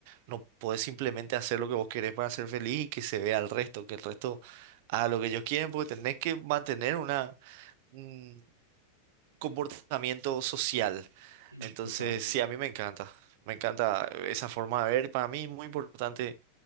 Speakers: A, on the right (about 45°); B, on the right (about 85°).
A: no podés simplemente hacer lo que vos querés para ser feliz y que se vea al resto, que el resto haga lo que ellos quieren, porque tenés que mantener una, un comportamiento social.
B: <clears throat>
A: Entonces,
B: total, total.
A: sí, a mí me encanta, me encanta esa forma de ver, para mí es muy importante